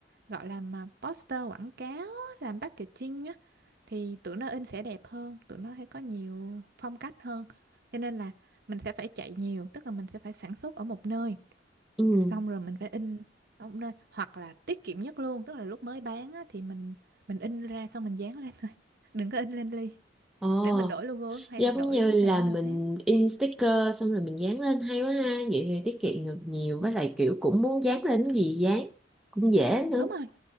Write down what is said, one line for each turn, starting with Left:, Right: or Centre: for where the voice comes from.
Right: gọi là ờ, poster quảng cáo á, làm packaging á, thì tụi nó in sẽ đẹp hơn tụi nó sẽ có nhiều phong cách hơn cho nên là mình sẽ phải chạy nhiều tức là mình sẽ phải sản xuất ở một nơi
Centre: ừ.
Right: xong rồi mình phải in ở một nơi hoặc là tiết kiệm nhất luôn tức là lúc mới bán á, thì mình mình in ra xong mình dán lên thôi <laughs> đừng có in lên ly
Centre: ờ
Right: để mình đổi logo hay
Centre: giống
Right: là đổi
Centre: như là
Right: nào cũng được
Centre: mình
Right: hết
Centre: in sticker xong rồi mình dán lên hay quá ha vậy thì tiết kiệm được nhiều với
Right: Ừ,
Centre: lại kiểu cũng muốn dán lên cái gì dán cũng dễ nữa
Right: đúng rồi